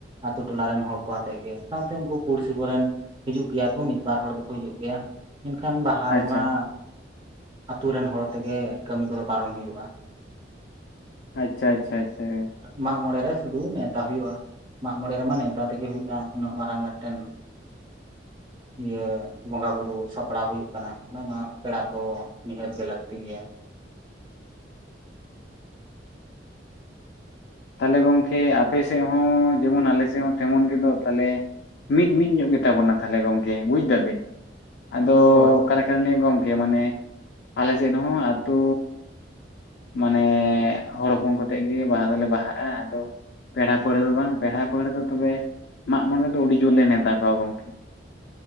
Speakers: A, on the right (about 30°); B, on the left (about 60°).
A: ᱟᱛᱳ ᱴᱚᱞᱟ ᱨᱮᱱ ᱦᱚᱲ ᱠᱚ ᱟᱛᱮᱫ ᱜᱮ ᱥᱟᱶᱛᱮ ᱩᱱᱠᱩ ᱯᱩᱲᱥᱤ ᱠᱚᱨᱮᱱ ᱦᱤᱡᱩᱜ ᱜᱮᱭᱟ ᱠᱚ ᱢᱤᱫᱵᱟᱨ ᱦᱚᱲ ᱫᱚᱠᱚ ᱦᱤᱡᱩᱜ ᱜᱮᱭᱟ ᱢᱮᱱᱠᱷᱟᱱ ᱵᱟᱦᱟ
B: ᱟᱪᱪᱷᱟ
A: ᱨᱮᱢᱟ᱾ ᱟᱛᱳ ᱨᱮᱱ ᱦᱚᱲ ᱛᱮᱜᱮ ᱠᱟᱹᱢᱤ ᱠᱚᱫᱚ ᱯᱟᱨᱚᱢ ᱦᱩᱭᱩᱜᱼᱟ᱾
B: ᱟᱪᱷᱟ ᱟᱪᱷᱟ ᱟᱪᱷᱟ
A: ᱢᱟᱜᱽ ᱢᱚᱬᱮ ᱨᱮ ᱥᱩᱫᱷᱩ ᱱᱮᱣᱛᱟ ᱦᱩᱭᱩᱜ-ᱟ᱾ ᱢᱟᱜᱽ ᱢᱚᱬᱮ ᱨᱮᱢᱟ ᱱᱮᱣᱛᱟ ᱛᱮᱜᱮ ᱦᱩᱭᱩᱜᱼᱟ, ᱩᱱᱟᱹᱜ ᱢᱟᱨᱟᱝ ᱢᱤᱫᱴᱮᱱ ᱤᱭᱟᱹ ᱵᱚᱸᱜᱟ ᱵᱩᱨᱩ ᱥᱟᱯᱲᱟᱣ ᱦᱩᱭᱩᱜ ᱠᱟᱱᱟ ᱚᱱᱟ ᱢᱟ, ᱯᱮᱲᱟ ᱠᱚ ᱱᱤᱦᱟᱹᱛ ᱜᱮ ᱞᱟᱹᱠᱛᱤ ᱜᱮᱭᱟ᱾
B: ᱛᱟᱦᱞᱮ ᱜᱚᱝᱠᱮ ᱟᱯᱮ ᱥᱮᱫ ᱦᱚᱸ ᱡᱮᱢᱚᱱ ᱟᱞᱮ ᱥᱮᱫ ᱦᱚᱸ ᱛᱮᱢᱚᱱ ᱜᱮᱫᱚᱜ ᱛᱟᱦᱞᱮ ᱢᱤᱫ ᱢᱤᱫ ᱧᱚᱜ ᱜᱮᱛᱟ ᱵᱚᱱᱟ ᱛᱟᱦᱚᱞᱮ ᱜᱚᱝᱠᱮ ᱵᱩᱡᱽ ᱫᱟ ᱵᱤᱱ ᱟᱫᱚ
A: ᱦᱳᱭ
B: ᱚᱠᱟ ᱮᱠᱷᱟᱱ ᱜᱚᱝᱠᱮ ᱢᱟᱱᱮ ᱟᱞᱮ ᱥᱮᱫ ᱦᱚᱸ ᱟᱹᱛᱩ ᱢᱟᱱᱮ ᱦᱚᱲ ᱦᱚᱯᱚᱱ ᱠᱚᱛᱮ ᱜᱮ ᱵᱟᱦᱟ ᱫᱚᱞᱮ ᱵᱟᱦᱟᱜᱼᱟ, ᱟᱫᱚ ᱯᱮᱲᱟ ᱯᱟᱹᱲᱦᱟᱹ ᱫᱚ ᱵᱟᱝ ᱯᱮᱲᱟ ᱯᱟᱹᱲᱦᱟᱹ ᱫᱚ ᱛᱚᱵᱮ ᱢᱟᱜᱽ ᱢᱚᱬᱮ ᱫᱚ ᱟᱹᱰᱤ ᱡᱳᱨ ᱞᱮ ᱱᱮᱛᱟ ᱠᱚᱣᱟ ᱜᱚᱝᱠᱮ